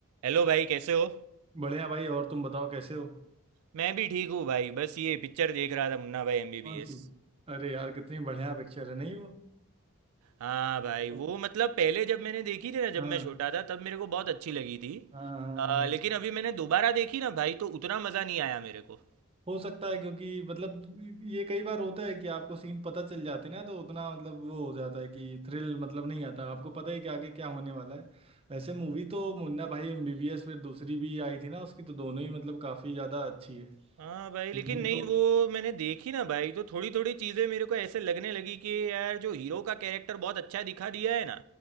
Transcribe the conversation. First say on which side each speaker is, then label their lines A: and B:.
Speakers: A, on the right (about 80°); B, on the right (about 25°).
A: हेलो भाई कैसे हो
B: बढ़िया भाई और तुम बताओ कैसे हो
A: मैं भी ठीक हूँ भाई बस ये पिक्चर देख रहा था मुन्ना भाई एमबीबीएस
B: कौन सी अरे यार कितनी बढ़िया पिक्चर है नहीं वो
A: हाँ भाई
B: तो,
A: वो मतलब पहले जब मैंने देखी थी ना जब
B: हाँ
A: मैं छोटा था तब मेरे को बहुत अच्छी लगी थी
B: हाँ
A: अ,
B: हाँ हाँ
A: लेकिन अभी मैंने दोबारा देखी ना भाई तो उतना मज़ा नहीं आया मेरे को
B: हो सकता है क्योंकि मतलब ये कई बार होता है कि आपको सीन पता चल जाते हैं ना तो उतना मतलब वो हो जाता है कि थ्रिल मतलब नहीं आता आपको पता ही कि आगे क्या होने वाला है वैसे मूवी तो मुन्ना भाई एमबीबीएस फिर दूसरी भी आई थी ना उसकी तो दोनों ही मतलब काफी ज्यादा अच्छी है
A: हाँ भाई लेकिन
B: मुझे
A: नहीं
B: तो
A: वो मैंने देखी ना भाई तो थोड़ी थोड़ी चीज़ें मेरे को ऐसे लगने लगी कि यार जो हीरो का कैरेक्टर बहुत अच्छा दिखा दिया है ना